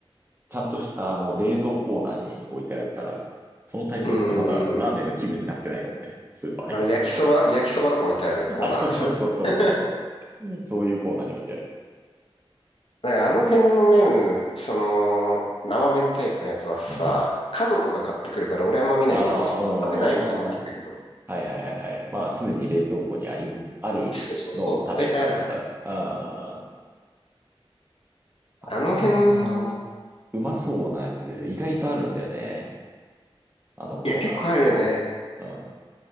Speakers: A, on the right (about 25°); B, on the left (about 65°).
A: ちゃんとしたあの冷蔵コーナーに置いてあるから、そのタイミングだとまだラーメンの気分になってないかもね。
B: うーん。
A: スーパー入った時には。
B: あの焼きそば、焼きそばとか置いてあるコーナーでしょ
A: <laughs> あ、そうそうそうそうそうそう。
B: <laughs>
A: うんそういうコーナーに置いてある。
B: なんかあの辺の麺、その、生麺タイプのやつはさ、
A: うん。
B: 家族が買ってくるから俺あんま見ないんだよね。
A: ああ、
B: 食べないわけじゃないんだけど。
A: うん、ああ。はいはいはいはい。まあ、すでに冷蔵庫にあり、あるのを食べるかな、
B: そうそうそう。大体あるから。
A: みたいな。ああ、
B: あの辺の、
A: あそこら辺はな、うまそうなやつ、意外とあるんだよね。あのコーナ
B: いや、結構あるよね。
A: ー。